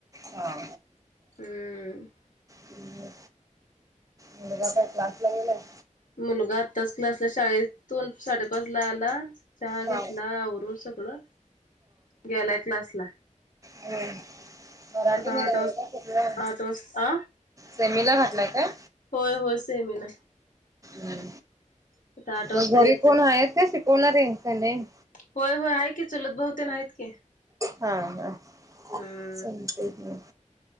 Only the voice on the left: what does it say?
हम्म
मुलगा आत्ताच क्लासला शाळेतून साडेपाच ला आला. चहा घेतला
आवरून सगळं गेलाय क्लास ला.
आता
आठ वाजता
आठ वाजता आ
होय होय सेमी ला.
आता आठ वाजता
येतोय
होय होय आहे की चुलत बाऊ तीन आहेत की.
हम्म